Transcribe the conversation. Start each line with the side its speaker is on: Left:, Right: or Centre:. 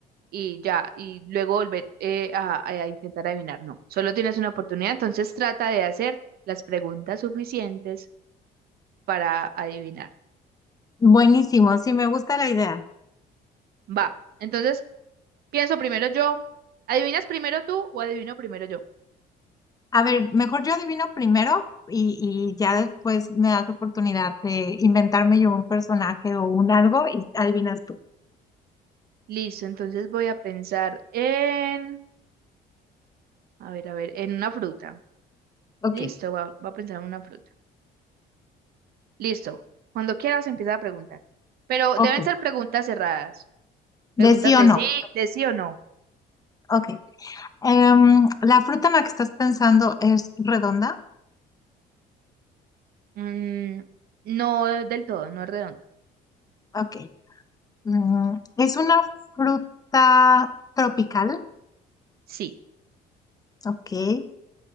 Right: y ya, y luego volver eh, a, a intentar adivinar. No, solo tienes una oportunidad, entonces trata de hacer las preguntas suficientes para adivinar.
Left: Buenísimo, sí, me gusta la idea.
Right: Va, entonces pienso primero yo. ¿Adivinas primero tú o adivino primero yo?
Left: A ver, mejor yo adivino primero y, y ya después me das oportunidad de inventarme yo un personaje o un algo y adivinas tú.
Right: Listo, entonces voy a pensar en, a ver, a ver, en una fruta.
Left: Ok,
Right: Listo, va, va a pensar en una fruta. Listo. Cuando quieras empieza a preguntar. Pero
Left: ok,
Right: deben ser preguntas cerradas.
Left: de
Right: Preguntas
Left: sí o
Right: de
Left: no.
Right: sí, de sí o no.
Left: Ok. Em, ¿la fruta en la que estás pensando es redonda?
Right: Mm, no del todo, no es redonda.
Left: Ok. Mm, ¿es una fruta tropical?
Right: Sí.
Left: Ok.